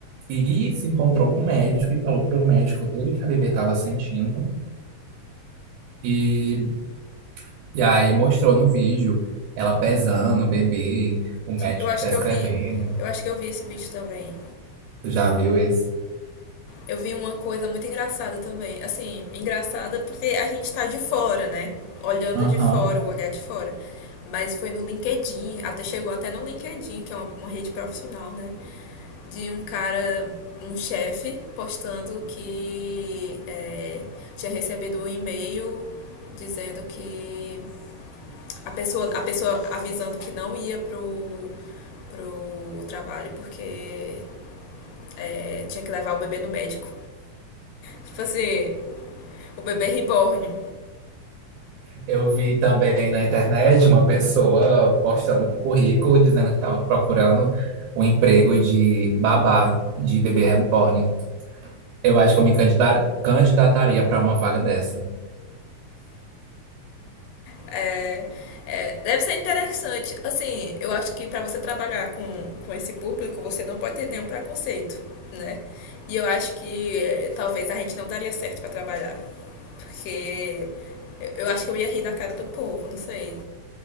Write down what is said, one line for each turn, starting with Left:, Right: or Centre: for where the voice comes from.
Right: E se encontrou com o médico e falou pro médico tudo que a bebê estava sentindo. E, e aí mostrou no vídeo ela pesando o bebê, o médico
Left: Eu acho
Right: prescrevendo.
Left: que eu vi. Eu acho que eu vi esse vídeo também.
Right: Tu já viu esse?
Left: Eu vi uma coisa muito engraçada também. Assim, engraçada porque a gente tá de fora, né? Olhando
Right: Aham.
Left: de fora, o olhar de fora. Mas foi no LinkedIn, até chegou até no LinkedIn, que é uma, uma rede profissional, né? De um cara, um chefe, postando que é, tinha recebido um e-mail dizendo que a pessoa, a pessoa avisando que não ia pro, pro trabalho porque é, tinha que levar o bebê no médico. Tipo assim, o bebê reborn.
Right: Eu vi também na internet uma pessoa postando um currículo dizendo que estava procurando um emprego de babá de bebê reborn. Eu acho que eu me candidar- candidataria para uma vaga dessa.
Left: É, é, deve ser interessante. Assim, eu acho que para você trabalhar com, com esse público, você não pode ter nenhum preconceito, né? E eu acho que eh, talvez a gente não daria certo para trabalhar. Porque eu- eu acho que eu ia rir da cara do povo, não sei.